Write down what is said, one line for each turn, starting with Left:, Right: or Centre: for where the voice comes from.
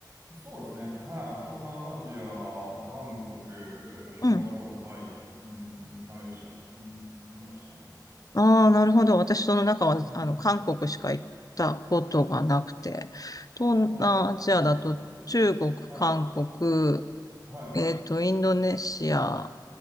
Right: あ、そうですね。はい。東南アジア、韓国、えーシンガポール、
Left: うん。
Right: タイ、うん、マレーシア、うん、出ましたね。
Left: ああ、なるほど。私その中は、
Right: うん。
Left: あの、韓国しか行ったことがなくて。東南アジアだと中国、
Right: ああ、そうなんですね。はい。
Left: 韓国、
Right: は
Left: えっと、インドネシア、